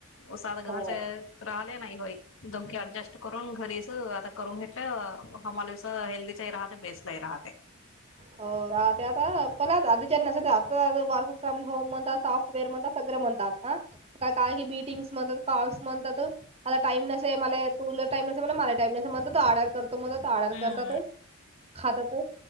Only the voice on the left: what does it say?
उसाात गहनचाले
ना होई. <unintelligible> धमकया अऍडजस्ट करून घरीच आता करून घेतलं आम्हालास हेल्दीचही राहत बेसलाही राहत.
हम्म